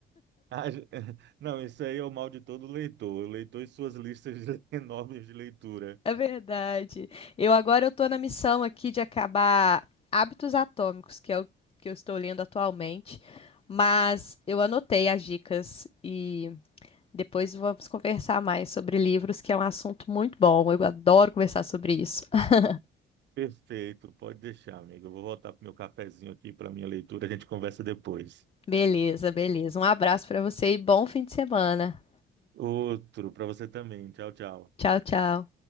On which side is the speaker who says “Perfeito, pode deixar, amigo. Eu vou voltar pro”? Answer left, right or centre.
Right